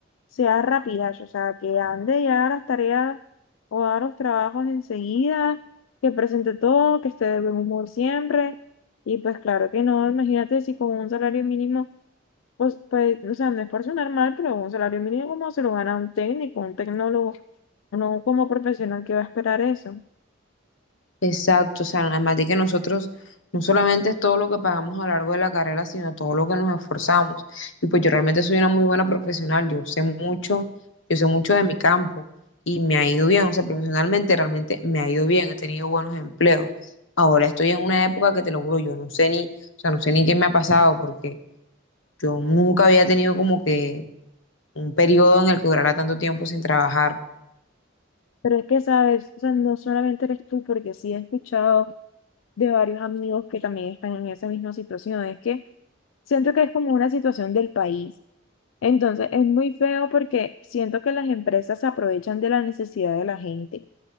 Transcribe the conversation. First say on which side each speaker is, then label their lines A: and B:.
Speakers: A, on the left; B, on the left.
A: sea rapidazo, o sea, que ande ya haga las tareas o haga los trabajos enseguida, que presente todo, que esté de buen humor siempre, y pues claro que no, imagínate si con un salario mínimo Pues, pues, o sea, no es por sonar mal, pero un salario mínimo como se lo gana un técnico, un tecnólogo, no como profesional que va a esperar eso.
B: Exacto, o sea, además de que nosotros no solamente es todo lo que pagamos a lo largo de la carrera, sino todo lo que nos esforzamos. Y pues yo realmente soy una muy buena profesional, yo sé mucho, yo sé mucho de mi campo y me ha ido bien, o sea, profesionalmente realmente me ha ido bien, he tenido buenos empleos. Ahora estoy en una época que te lo juro, yo no sé ni, o sea, no sé ni qué me ha pasado porque yo nunca había tenido como que un periodo en el que durara tanto tiempo sin trabajar.
A: Pero es que, sabes, o sea, no solamente eres tú, porque sí he escuchado de varios amigos que también están en esa misma situación. Es que siento que es como una situación del país. Entonces, es muy feo porque siento que las empresas se aprovechan de la necesidad de la gente.